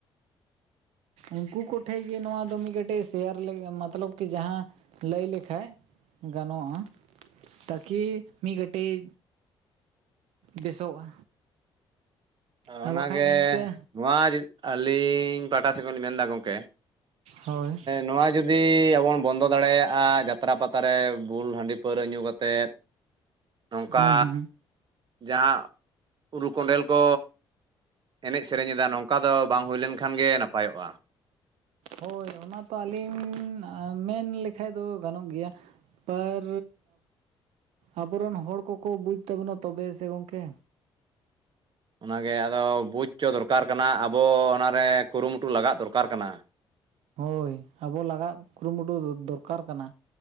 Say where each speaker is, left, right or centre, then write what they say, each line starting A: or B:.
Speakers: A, on the right (about 80°); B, on the right (about 50°).
A: ᱩᱱᱠᱩ ᱠᱚᱴᱷᱮᱡ ᱜᱮ ᱱᱚᱣᱟ ᱫᱚ ᱢᱤᱫ ᱴᱮᱥ ᱛᱮᱭᱟᱨ ᱞᱮ ᱢᱚᱛᱞᱚᱵ ᱠᱤ ᱡᱟᱦᱟᱸ ᱞᱟᱹᱭ ᱞᱮᱠᱷᱟ ᱜᱟᱱᱚᱜᱼᱟ ᱛᱟᱠᱤ ᱢᱤᱫ ᱠᱟᱴᱤᱡ ᱵᱮᱥᱚᱜᱼᱟ ᱟᱨ
B: ᱚᱱᱟ
A: ᱵᱟᱠᱷᱟᱡ
B: ᱜᱮ
A: ᱱᱤᱝᱠᱟᱹ
B: ᱱᱚᱣᱟ ᱟᱹᱞᱤᱧ ᱯᱟᱦᱴᱟ ᱥᱮᱫ ᱠᱷᱚᱱ ᱞᱤᱧ ᱢᱮᱱᱫᱟ ᱜᱚᱝᱠᱮ
A: ᱦᱳᱭ
B: ᱱᱚᱣᱟ ᱡᱩᱫᱤ ᱡᱩᱫᱤ ᱟᱵᱚ ᱵᱚᱱ ᱵᱚᱱᱫᱚ ᱫᱟᱲᱮᱭᱟᱜᱼᱟ ᱡᱟᱛᱨᱟ ᱯᱟᱛᱟ ᱨᱮ ᱵᱩᱞ ᱦᱟᱺᱰᱤ ᱯᱟᱹᱣᱨᱟᱹ ᱧᱩ ᱠᱟᱛᱮᱫ ᱱᱚᱝᱠᱟ
A: ᱦᱮᱸ ᱦᱮᱸ
B: ᱡᱟᱦᱟᱸ ᱩᱨᱩ ᱠᱚᱸᱰᱮᱞ ᱠᱚ ᱮᱱᱮᱡ ᱥᱮᱨᱮᱧ ᱮᱫᱟ ᱱᱚᱝᱠᱟ ᱫᱚ ᱵᱟᱝ ᱦᱩᱭ ᱞᱮᱱᱠᱷᱟᱱ ᱜᱮ ᱱᱟᱯᱟᱭᱚᱜᱼᱟ᱾
A: ᱦᱳᱭ ᱚᱱᱟ ᱛᱚ ᱟᱹᱞᱤᱧ ᱢᱮᱱ ᱞᱮᱠᱷᱟᱡ ᱫᱚ ᱜᱟᱱᱚᱜ ᱜᱮᱭᱟ ᱯᱟᱨ ᱟᱵᱚ ᱨᱮᱱ ᱦᱚᱲ ᱠᱚᱠᱚ ᱵᱩᱡ ᱛᱟᱵᱚᱱᱟ ᱛᱚᱵᱮ ᱥᱮ ᱜᱚᱝᱠᱮ
B: ᱚᱱᱟᱜᱮ ᱟᱫᱚ ᱵᱩᱡᱽ ᱦᱚᱪᱚ ᱫᱚᱨᱠᱟᱨ ᱠᱟᱱᱟ ᱟᱵᱚ ᱚᱱᱟᱨᱮ ᱠᱩᱨᱩᱢᱩᱴᱩ ᱞᱟᱜᱟᱜ ᱫᱚᱨᱠᱟᱨ ᱠᱟᱱᱟ
A: ᱦᱳᱭ ᱟᱵᱚ ᱞᱟᱜᱟᱜ ᱠᱩᱨᱩᱢᱩᱴᱩ ᱫᱚᱨᱠᱟᱨ ᱠᱟᱱᱟ᱾